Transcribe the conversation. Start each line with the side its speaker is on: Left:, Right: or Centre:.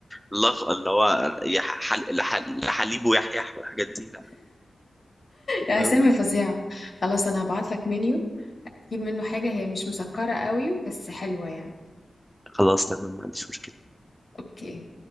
Centre: اللغ اللي هو يح- حل... لح- لحليب ويحيح والحاجات دي لا
Left: يا
Centre: فاهمه
Left: اسامي فظيعة خلاص انا هبعت لك منيو تجيب منه حاجة هي مش مسكرة قوي بس حلوة يعني
Centre: خلاص تمام ما عنديش مشكله
Left: اوكي